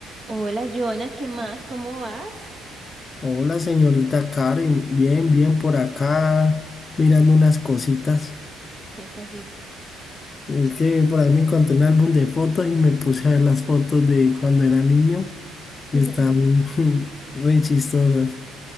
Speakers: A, on the right (about 30°); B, on the left (about 30°).
A: Hola, Jonah, ¿qué más? ¿Cómo vas?
B: Hola, señorita Karen, bien, bien por acá, mirando unas cositas.
A: ¿Qué cositas?
B: Es que por ahí me encontré un álbum de fotos y me puse a ver las fotos de cuando era niño y
A: <laughs>
B: están <laughs> re chistosas.